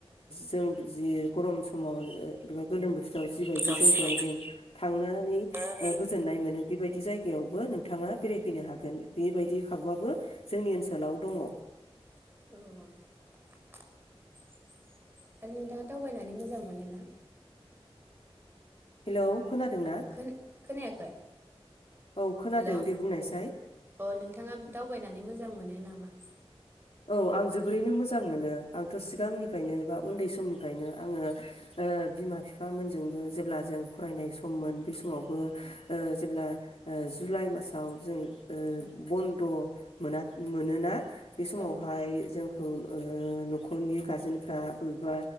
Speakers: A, on the left; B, on the right.
A: जों जि गरम समाव एबा गोलोम बोथो राव जिबायदि
B: जावजि
A: जायगायाव
B: बायदि
A: जों थांनानै
B: नानै
A: गोजोननाय मोनो बेबायदि जायगायाव जायगायावबो नोंथाङा बेरायफैनो हागोन बेबायदि खाबुआबो जोंनि ओनसोलाव दनङ।
B: <inaudible> <unintelligible>
A: <inaudible>
B: मोजां मोनोना
A: हेलौ खोनादोंना
B: खोना खोनायाखै?
A: औ खोनादों
B: हेलौ
A: दे बुंनायसाय
B: अ नोंथाङा दावबायनानै मोजां मोनो नामा?
A: औ आं जोबोरैनो मोजां मोनो आंथ‌ सिगांनिफ्रायनो बा उन्दै समनिफ्रायनो आंङो बिमा बिफामोनजोंबो जेब्ला जों फरायनाय सममोन बे समावबो जेब्ला जुलाइ मासाव जों ओ
B: औ
A: बन्द' मोना मोनोना बे समावहाय
B: औ
A: जोंखौ ओ न'खरनि गारजेनफ्रा बबेबा